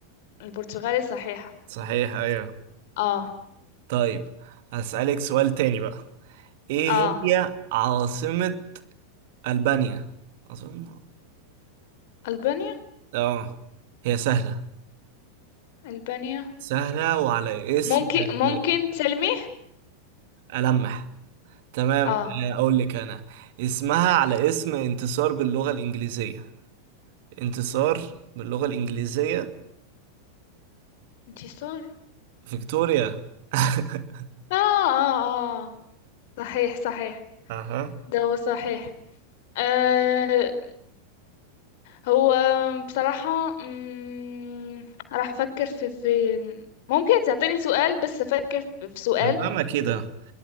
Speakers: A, on the left; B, on the right.
A: البرتغالي صحيحة
B: صحيح أيوة
A: اه
B: طيب هسألك سؤال تاني بقى إيه
A: اه
B: هي عاصمة ألبانيا؟ أظن
A: ألبانيا
B: آه هي سهلة
A: ألبانيا
B: سهلة وعلى اسم
A: ممكن ممكن
B: ملكة
A: تسلمي
B: ألمح تمام
A: اه
B: آه، أقول لك أنا اسمها على اسم انتصار باللغة الإنجليزية انتصار باللغة الإنجليزية
A: انتصار
B: فيكتوريا <laughs>
A: اه اه اه صحيح صحيح
B: أها
A: ده هو صحيح آه هو بصراحة مم، راح أفكر في في ممكن تعطيني سؤال بس أفكر في في سؤال
B: تمام كده